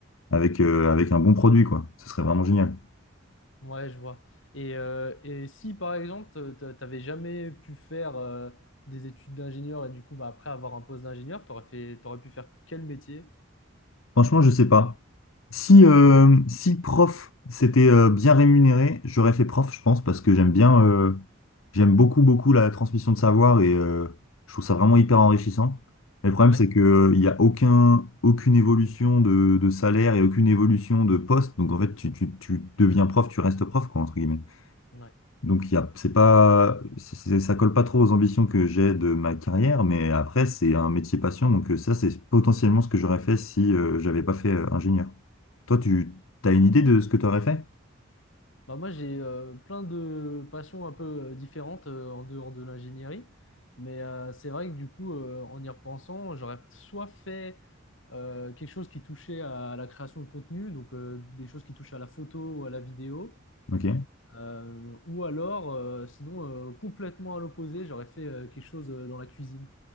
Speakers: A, on the left; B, on the left.
A: avec, euh, avec un bon produit, quoi. Ce serait vraiment génial.
B: Ouais, je vois. Et, euh, et si par exemple, t- t- t'avais jamais pu faire euh, des études d'ingénieur et du coup, bah, après avoir un poste d'ingénieur, t'aurais fait, t'aurais pu faire quel métier?
A: Franchement, je sais pas. Si, euh, si prof, c'était euh, bien rémunéré, j'aurais fait prof, je pense, parce que j'aime bien, euh, j'aime beaucoup, beaucoup la transmission de savoir et euh, je trouve ça vraiment hyper enrichissant. Mais le problème,
B: Ouais.
A: c'est que euh, il y a aucun, aucune évolution de, de salaire et aucune évolution de poste. Donc en fait, tu, tu, tu deviens prof, tu restes prof, quoi, entre guillemets.
B: Ouais.
A: Donc, il y a, c'est pas, c'est- ça colle pas trop aux ambitions que j'ai de ma carrière, mais après, c'est un métier passion. Donc, euh, ça, c'est potentiellement ce que j'aurais fait si euh, j'avais pas fait euh, ingénieur. Toi, tu as une idée de ce que tu aurais fait?
B: Bah, moi, j'ai euh, plein de passions un peu euh, différentes euh, en dehors de l'ingénierie. Mais euh, c'est vrai que du coup, euh, en y repensant, j'aurais soit fait euh, quelque chose qui touchait à la création de contenu, donc euh, des choses qui touchent à la photo ou à la vidéo.
A: Ok.
B: Euh, ou alors, euh, sinon, euh, complètement à l'opposé, j'aurais fait euh, quelque chose euh, dans la cuisine.